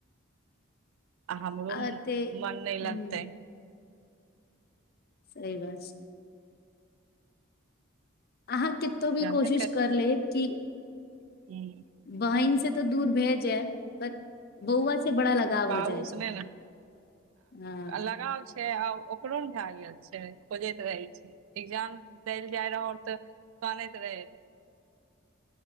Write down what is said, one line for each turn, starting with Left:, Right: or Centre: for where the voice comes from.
Right: आ हमरो
Left: आ
Right: मोन
Left: ते
Right: नहि
Left: ह
Right: लगतैय।
Left: सही बात छै। अहाँ कतो भी
Right: जानबे
Left: कोशिश कर लेब कि?
Right: हुँ।
Left: बहिन से तऽ दूर भे जायत, पर बौआ से बड़ा लगाव
Right: बाबूस
Left: हो जाइ छै
Right: नहि ने,
Left: हँ
Right: लगाव छै आ ओ ओकरो ने <unintelligible> छै खोजैत रहे छी। एग्जाम देल जाय रह तऽ, कानैत रहै।